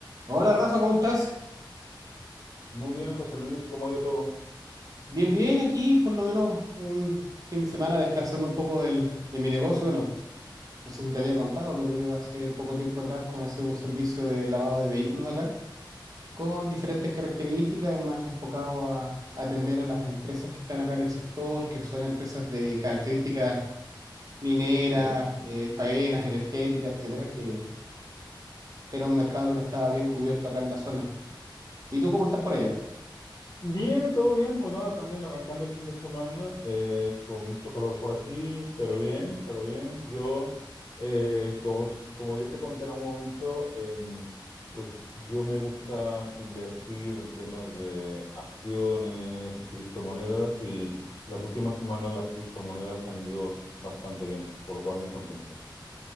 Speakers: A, on the right; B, on the left.
A: Hola Rafa, ¿cómo estás?
B: Muy bien, José Luis, ¿cómo ha ido todo?
A: Bien, bien, aquí por lo menos un fin de semana descansando un poco del- de mi negocio. Bueno, no sé si te había contado, pero yo hace poco tiempo atrás comencé un servicio de lavado de vehículos acá, con diferentes características y más enfocado a atender a las empresas que están acá en el sector, que son empresas de características mineras,
B: Ok.
A: eh, faenas, energéticas, etcétera, que era un mercado que no estaba bien cubierto acá en la zona. ¿Y tú cómo estás por allá?
B: Ah, Bien, todo bien, pues nada, también arrancando el fin de semana, eh, con mucho calor por aquí, pero bien, pero bien. Yo, eh, como, como ya te conté en un momento, em, pues yo me gusta invertir en temas de acciones y criptomonedas y las últimas semanas las criptomonedas han ido bastante bien, por lo cual muy contento.